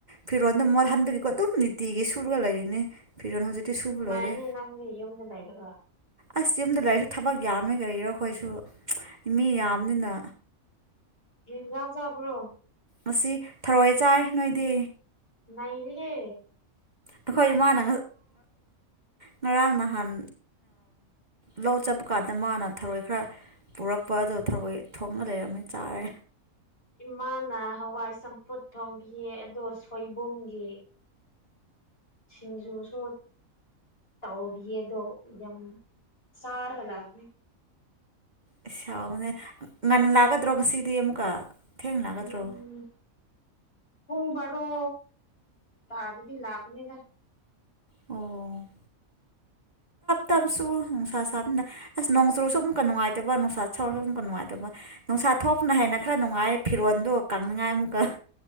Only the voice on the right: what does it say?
ꯐꯤꯔꯣꯟꯜꯗꯝ ꯃꯣꯜꯍꯟꯕꯒꯤꯀꯣ ꯑꯗꯨꯝ ꯅꯤꯇꯤꯒꯤ ꯁꯨꯔꯒ ꯂꯩꯔꯤꯅꯤ ꯐꯤꯔꯣꯜ ꯍꯧꯖꯤꯛꯇꯤ ꯁꯨꯕ
ꯂꯣꯏꯔꯦ
ꯑꯁ ꯌꯨꯝꯗ ꯂꯥꯏꯔꯤꯛꯁꯨ ꯊꯕꯛ ꯌꯥꯝꯃꯦ ꯀꯔꯤꯔꯣ ꯑꯩꯈꯣꯏꯁꯨ ꯃꯤ ꯌꯥꯝꯅꯤꯅ
ꯑꯁꯤ ꯊꯧꯔꯣꯏꯏ ꯆꯥꯏ ꯅꯣꯏꯗꯤ
ꯑꯩꯈꯣꯏ ꯏꯃꯥꯅ ꯉꯔꯥꯡ ꯅꯍꯥꯟ ꯂꯧ ꯆꯠꯄ ꯀꯥꯟꯗ ꯃꯥꯅ ꯊꯔꯣꯏ ꯈꯔ ꯄꯨꯔꯛꯄ ꯑꯗ ꯊ ꯊꯣꯡꯉ ꯂꯩꯔꯝꯃꯤ ꯆꯥꯔꯦ
ꯑ ꯁꯥꯎꯕꯅꯦ ꯉꯟꯅ ꯂꯥꯛꯒꯗ꯭ꯔꯣ ꯉꯁꯤꯗꯤ ꯑꯃꯨꯛꯀ ꯊꯦꯡꯅ ꯂꯥꯛꯒꯗ꯭ꯔꯣ
ꯑꯣ
ꯇꯁꯨ ꯅꯨꯡꯁꯥ ꯁꯥꯕꯅꯤꯅ ꯑꯁ ꯅꯣꯡꯆꯨꯁꯨ ꯑꯃꯨꯛꯀ ꯉꯥꯏꯕ ꯅꯨꯡꯁꯥ ꯁꯥꯎꯔꯁꯨ ꯑꯃꯛꯀ ꯅꯨꯡꯉꯥꯏꯕ ꯅꯨꯡꯁꯥ ꯆꯥꯊꯣꯛꯅ ꯍ ꯍꯥꯏꯅ ꯈꯔ ꯅꯨꯡꯉꯥꯏ ꯐꯤꯔꯣꯜꯗꯨ ꯀꯪꯅꯤꯡꯉꯥꯏ ꯑꯃꯨꯛꯀ